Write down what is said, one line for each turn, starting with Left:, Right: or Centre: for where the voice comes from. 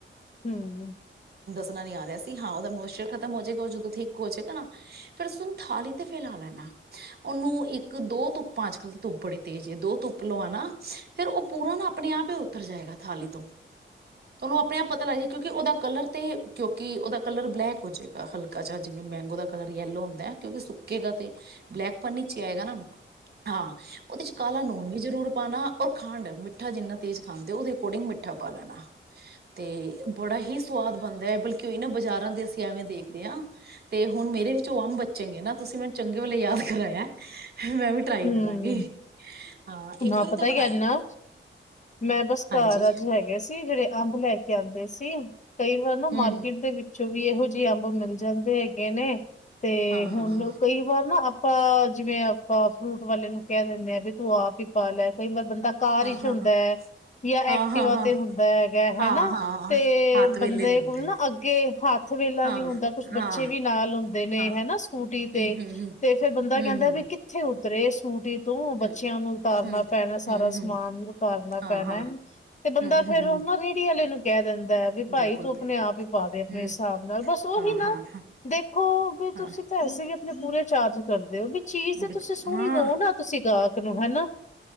Left: ਹੂੰ।
Right: ਨਹੀਂ ਆ ਰਿਹਾ ਸੀ ਹਾਂ ਉਹਦਾ ਮੋਸ਼ਚਰ ਖਤਮ ਹੋ ਜਾਏਗਾ, ਉਹ ਜਦੋਂ ਠੀਕ ਹੋ ਜਾਵੇਗਾ ਫਿਰ ਉਸਨੂੰ ਥਾਲੀ ਤੇ ਫੈਲਾ ਲੇਨਾ। ਉਹਨੂੰ ਇੱਕ ਇੱਕ-ਦੋ ਧੁੱਪਾ ਅੱਜ-ਕੱਲ ਧੁੱਪ ਬੜੀ ਤੇ ਜੇ ਦੋ ਧੁੱਪ ਲਵਾਣਾ, ਫੇਰ ਉਹ ਪੂਰਾ ਨਾ ਆਪਣੇ ਆਪ ਹੀ ਉਤਰ ਜਾਏਗਾ ਥਾਲੀ ਤੋਂ। ਤੁਹਾਨੂੰ ਆਪਣੇ ਆਪ ਪਤਾ ਲੱਗ ਜਾਏ ਕਿਉਂਕਿ ਉਹਦਾ ਕਲਰ ਤੇ ਕਿਉਂ ਕੀ ਉਹਦਾ ਕਲਰ ਬਲੈਕ ਹੋ ਜਾਏਗਾ ਹਲਕਾ ਜਾ ਜਿਵੇਂ ਮੈਂਗੋ ਦਾ ਕਲਰ ਯੈਲੋ ਹੁੰਦਾ ਹੈ ਕਿਉਂਕਿ ਸੁੱਕੇਗਾ ਤੇ ਬਲੈਕ ਪਨੀ 'ਚ ਆਏਗਾ ਨਾ। ਹਾਂ। ਉਹਦੇ 'ਚ ਕਾਲਾ ਨੂਣ ਵੀ ਜ਼ਰੂਰ ਪਾਣਾ। ਔਰ ਖੰਡ, ਮਿੱਠਾ ਜਿੰਨਾ ਤੇਜ਼ ਖਾਂਦੇ ਉਹਦੇ ਅਕੋਰਡਿੰਗ ਮਿੱਠਾ ਪਾ ਲੈਣਾ। ਤੇ ਬੜਾ ਹੀ ਸਵਾਦ ਬਣਦਾ ਹੈ ਬਿਲ ਕਿਉਂਈ ਨਾ ਬਜ਼ਾਰ ਦਾ ਦੇ ਅਸੀਂ ਐਵੇਂ ਦੇਖਦੇ ਹਾਂ ਤੇ ਹੁਣ ਮੇਰੇ ਵੀ ਜੋ ਅੰਬ ਬੱਚੇਗੇ ਨਾ ਤੁਸੀਂ ਮੈਨੂੰ ਚੰਗੇ ਵੇਲੇ ਯਾਦ ਕਰਾਇਆ। ਮੈਂ ਵੀ ਟਰਾਈ
Left: ਹੂੰ,
Right: ਕਰਾਂਗੀ ਹਾਂ ਇੱਕ
Left: ਨਾ
Right: ਵਾਰੀ
Left: ਪਤਾ
Right: ਤਾਂ ਬਣਾਇਆ
Left: ਹੀ ਕਰ ਇਨਾ
Right: ਮੈਂ
Left: ਮੈਂ ਬਸ
Right: ਹਾਂਜੀ
Left: ਘਰ ਅੱਜ ਹੈਗੇ ਸੀ ਜਿਹੜੇ ਅੰਬ ਲੈ ਕੇ ਆਦੇ ਸੀ ਕਈ ਵਾਰ ਨਾ
Right: ਹਮ
Left: ਮਾਰਕੀਟ ਦੇ ਵਿੱਚ 'ਚ ਵੀ ਇਹੋ ਜਿਹੇ ਅੰਬ ਮਿਲ ਜਾਂਦੇ ਹੈਗੇ ਨੇ ਤੇ
Right: ਹਾਂ
Left: ਹੁਣ
Right: ਹਾਂ ਹਾਂ
Left: ਕਈ ਵਾਰ ਨਾ ਆਪਾਂ ਜਿਵੇਂ ਆਪਾਂ ਫਰੂਟ ਵਾਲੇ ਨੂੰ ਕਹਿ ਦਿੰਦੇ ਆ ਵੀ ਤੂੰ ਆਪ ਹੀ ਪਾ ਲੈ ਕਈ ਵਾਰ ਬੰਦਾ ਕਾਰ 'ਚ
Right: ਹਾਂ ਹਾਂ
Left: ਹੁੰਦਾ ਹੈ, ਜਾਂ
Right: ਹਾਂ
Left: ਐਕਟੀਿਵਾ
Right: ਹਾਂ
Left: ਤੇ ਹੁੰਦਾ ਹੈਗਾ ਹਨਾ
Right: ਹਾਂ ਹਾਂ ਹਾਂ
Left: ਤੇ
Right: ਹੱਥ ਵੇਲੇ
Left: ਬੰਦੇ
Right: ਨੀ ਹੁੰਦੇ
Left: ਕੋਲ ਨਾ ਅੱਗੇ ਹੱਥ ਵਹਿਲਾ
Right: ਹਾਂ
Left: ਨੀ ਹੁੰਦਾ ਕੁਛ ਬੱਚੇ
Right: ਹਾਂ
Left: ਵੀ ਨਾਲ ਹੁੰਦੇ ਨੇ
Right: ਹਾਂ
Left: ਹੈਨਾ ਸਕੂਟੀ ਤੇ
Right: ਹਮ ਹਮ ਹਮ
Left: ਤੇ ਫੇਰ ਬੰਦਾ
Right: ਹਮ
Left: ਕਹਿੰਦਾ ਵੀ ਕਿੱਥੇ ਉੱਤਰੇ ਸੂਟੀ ਤੋਂ
Right: ਹਮ
Left: ਬੱਚਿਆਂ ਨੂੰ ਉਤਾਰਨਾ
Right: ਹਮ
Left: ਪੈਣਾ ਸਾਰਾ
Right: ਹਮ ਹਮ
Left: ਸਮਾਨ
Right: ਹਮ
Left: ਉਤਾਰਨਾ
Right: ਹਾਂ
Left: ਪੈਣਾ,
Right: ਹਾਂ
Left: ਤੇ ਬੰਦਾ
Right: ਹਮ
Left: ਫੇਰ
Right: ਹਮ
Left: ਉਹਨਾਂ ਰੇਹੜੀ ਆਲੇ ਨੂੰ ਕਹਿ ਦਿੰਦੇ ਵੀ ਭਾਈ
Right: ਬਿਲਕੁਲ
Left: ਤੂੰ ਆਪਣੇ
Right: ਬਿਲਕੁਲ
Left: ਆਪ ਹੀ ਪਾ ਦੇ ਆਪਣੇ
Right: ਹਮ
Left: ਹਿਸਾਬ ਨਾਲ ਬਸ ਉਹੀ
Right: ਹਾਂ
Left: ਨਾ,
Right: ਹਾਂ
Left: ਦੇਖੋ ਵੀ
Right: ਹਾਂ
Left: ਤੁਸੀਂ ਪੈਸੇ ਤੇ ਪੂਰੇ ਚਾਰਜ ਕਰਦੇ ਉਹ ਵੀ। ਚੀਜ਼ ਤੇ
Right: ਬਿਲਕੁਲ
Left: ਤੁਸੀਂ ਸੁਣੀ
Right: ਹਾਂ
Left: ਦਓ ਨਾ ਤੁਸੀਂ ਗਾਹਕ ਨੂੰ ਹਨਾ,